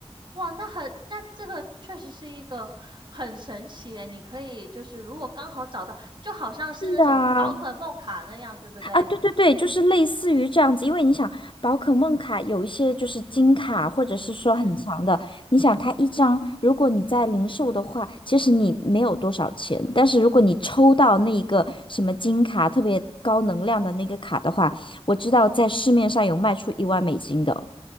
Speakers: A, on the right; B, on the left.
A: 哇，那很，那这个确实是一个很神奇耶你可以就是如果刚好找到，就好像是那种宝可梦卡那样，
B: 是啊，
A: 对不对？
B: 啊，对对对，就是类似于这样子，因为你想，宝可梦卡有一些就是金卡，或者是说很强的，
A: 嗯，
B: 你想它一张，如果你在零售的话，其实你没有多少钱，但是如果你抽到那一个什么金卡，特别高能量的那个卡的话，我知道在市面上有卖出一万美金的，